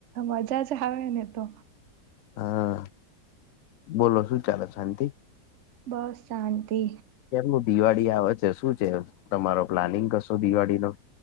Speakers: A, on the right; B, on the left.
A: મજા જ આવે ને તો.
B: હા, બોલો શું ચાલે શાંતિ?
A: બસ શાંતિ.
B: કેમનું દિવાળી આવે છે શું છે તમારો પ્લાનિંગ કશો દિવાળીનો?